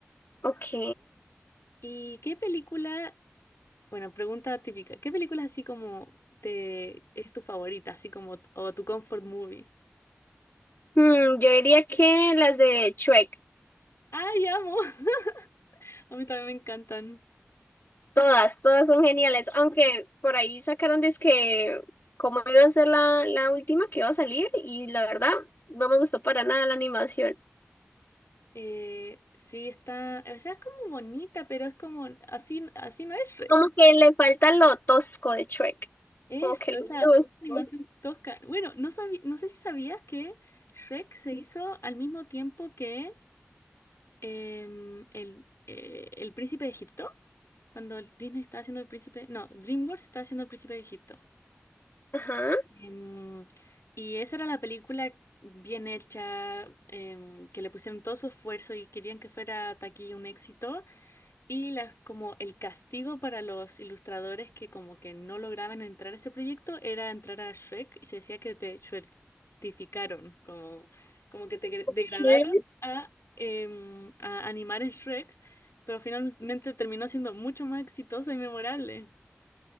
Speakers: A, on the left; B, on the left.
A: Ok.
B: ¿Y qué película, bueno, pregunta típica, qué película así como te es tu favorita, así como o tu comfort movie?
A: Hmm, yo diría que las de Shrek.
B: ¡Ay, amo! <laughs> A mí también me encantan.
A: Todas, todas son geniales. Aunque por ahí sacaron que como iba a ser la, la última que iba a salir, y la verdad, no me gustó para nada la animación.
B: Eh, sí, está, o sea, es como bonita, pero es como así, así no es Shrek.
A: Como que le falta lo tosco de Shrek.
B: Esto,
A: como que lo
B: esa
A: conozco.
B: animación tosca. Bueno, no sabí- no sé si sabías que Shrek se hizo al mismo tiempo que em, el, eh, el Príncipe de Egipto, cuando el Disney estaba haciendo el Príncipe, no, DreamWorks estaba haciendo el Príncipe de Egipto.
A: Ajá.
B: Em, y esa era la película bien hecha, em, que le pusieron todo su esfuerzo y querían que fuera taquilla un éxito. Y la- como el castigo para los ilustradores que como que no lograban entrar a ese proyecto era entrar a Shrek y se decía que te certificaron, como, como que te gre- degradaron
A: ¿Qué?
B: a, em, a animar en Shrek, pero finalmente terminó siendo mucho más exitosa y memorable.